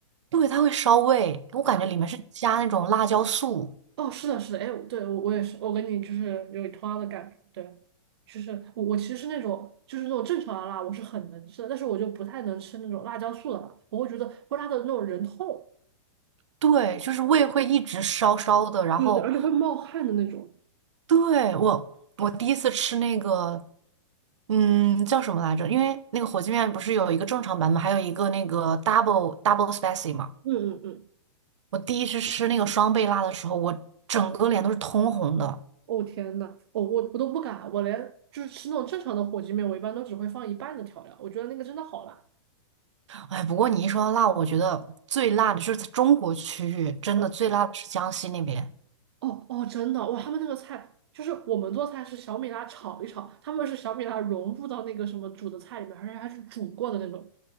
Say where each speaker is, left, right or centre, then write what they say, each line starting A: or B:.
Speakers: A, on the right (about 70°); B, on the right (about 55°).
A: 对，它会烧胃，我感觉里面是加那种辣椒素，
B: 啊。哦，是的，是的，哎，对，我我也是，我跟你就是有同样的感觉，对，就是我我其实是那种就是那种正常的辣，我是很能吃的，但是我就不太能吃那种辣椒素的辣，我会觉得会辣的那种人痛，
A: 对，就是胃会一直烧烧的。然后，
B: 对对，而且会冒汗的那种。
A: 对，我我第一次吃那个，嗯，叫什么来着？因为那个火鸡面不是有一个正常版本，还有一个那个 double double spicy 嘛。
B: 嗯嗯嗯，
A: 我第一次吃那个双倍辣的时候，我整个脸都是通红的。
B: 哦天呐，我我我都不敢，我连就是吃那种正常的火鸡面，我一般都只会放一半的调料，我觉得那个真的好辣。
A: 哎，不过你一说到辣，我觉得最辣的就是在中国区域，真的最辣的是江西那边。
B: 嗯哦哦，真的哇！他们那个菜就是我们做菜是小米辣炒一炒，他们是小米辣融入到那个什么煮的菜里面，而且还是煮过的那种。